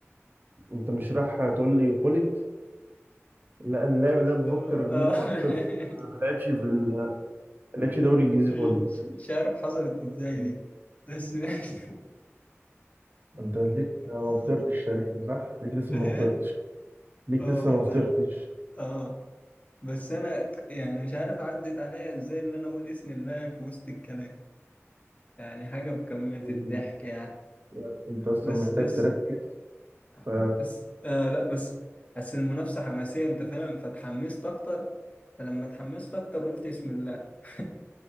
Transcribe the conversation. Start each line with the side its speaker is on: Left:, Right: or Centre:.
Right: انت مش رايح تقول لي خلت لا اللاعب اللي أنا بفكر
Left: آه، <laughs>
Right: فيه خلت بس
Left: آه.
Right: ما لعبش في ال... ما لعبش دوري انجليزي
Left: مش
Right: خلت
Left: مش عارف حصلت ازاي
Right: آه.
Left: دي بس ماشي.
Right: ما انت ليك ما
Left: آه،
Right: فطرتش تقريبا صح ليك لسه
Left: ها
Right: ما فطرتش ليك
Left: اه
Right: لسه
Left: والله
Right: ما فطرتش
Left: اه بس انا يعني مش عارف عدت عليا ازاي ان انا اقول اسم اللاعب في وسط الكلام يعني حاجه بكميه
Right: أمم.
Left: الضحك يعني
Right: يعني انت اصلا
Left: بس
Right: محتاج
Left: بس
Right: تركز ف
Left: بس آه لا بس بس المنافسة حماسية انت فاهم فتحمست اكتر فلما اتحمست اكتر قلت بسم الله <laughs>